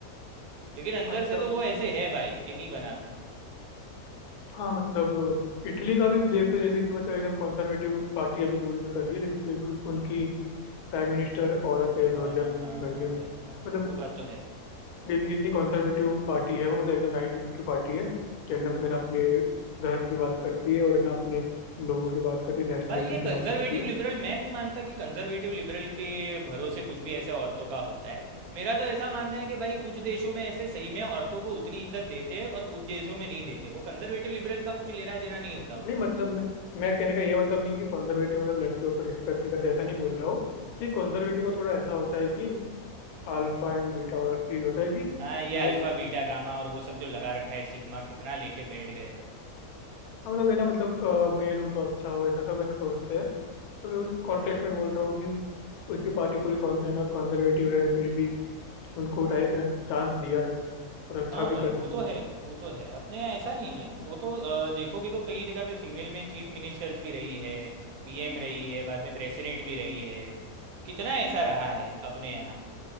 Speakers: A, on the right; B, on the left.
A: लेकिन अंदर
B: अच्छा
A: से तो
B: हम्म,
A: वो ऐसे है भाई कि नहीं बनाते
B: हाँ मतलब इटली का भी देख लो जैसे कि मतलब एकदम कंजर्वेटिव पार्टी अभी रूल में कर रही है लेकिन फिर भी उनकी प्राइम मिनिस्टर औरत है जॉर्जिया
A: हाँ
B: मेलोनी
A: हाँ हाँ
B: करके मतलब
A: भाई हाँ वो बात तो है
B: ये- जितनी कंजर्वेटिव पार्टी है वो मतलब एकदम राइट विंग की पार्टी है कि एकदम है ना अपने धर्म की बात करती है और है ना अपने लोगों की बात करती है नेशनलिज्म
A: भाई ये
B: की
A: कंजर्वेटिव
B: बात करती है
A: लिबरल मैं नहीं मानता कि कंजर्वेटिव लिबरल के भरोसे कुछ भी ऐसे औरतों का होता है मेरा तो ऐसा मानना है कि भाई कुछ देशों में ऐसे सही में औरतों को उतनी इज्जत देते हैं और कुछ देशों में नहीं देते वो कंजर्वेटिव लिबरल का कुछ लेना देना नहीं होता
B: नहीं
A: उधर
B: मतलब मैं मैं कहने का ये मतलब नहीं कि कंजर्वेटिव मतलब लड़कियों को रिस्पेक्ट नहीं करते ऐसा नहीं बोल रहा हूँ लेकिन कंजर्वेटिव को थोड़ा ऐसा होता है कि अल्फा एंड बीटा और चीज होता है कि
A: हाँ ये
B: मेल
A: अल्फा बीटा गामा और वो सब जो लगा रखा है सिग्मा कितना लेके बैठ गए
B: हाँ मतलब है ना मतलब अ, मेल हो तो अच्छा हो ऐसा सब है ना सोचते हैं तो मैं उस कॉन्टेक्स्ट में बोल रहा हूँ कि उसकी पार्टी पूरी con- है ना कंजर्वेटिव है फिर भी उनको टाइ- है ना चांस दिया है और अच्छा
A: हाँ
B: भी
A: भाई
B: कर
A: वो
B: रही
A: तो
B: है
A: है वो तो है अपने यहाँ ऐसा नहीं है वो तो अ, देखोगे तो कई जगह पे फीमेल में चीफ मिनिस्टर्स भी रही है पीएम रही है बाद में प्रेसिडेंट भी रही है कितना ऐसा रहा है अपने यहाँ